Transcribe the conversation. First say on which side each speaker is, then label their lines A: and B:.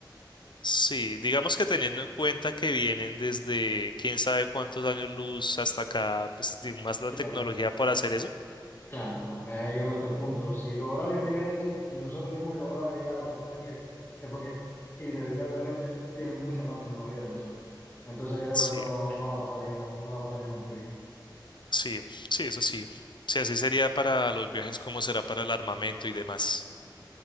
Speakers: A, on the left (about 70°); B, on the left (about 30°).
A: Sí, digamos que teniendo en cuenta que vienen desde quién sabe cuántos años luz hasta acá, pues di- más la
B: Claro,
A: tecnología para hacer eso.
B: claro, claro. Es ahí donde está el punto. Si lograron llegar aquí y nosotros no hemos logrado llegar a donde están ellos, es porque inevitablemente tienen mucha más tecnología que nosotros. Entonces creo
A: Sí,
B: que no, no la pasaríamos, no la pasaríamos muy bien.
A: sí, sí, eso sí. Sí, así sería para los viajes, como será para el armamento y demás.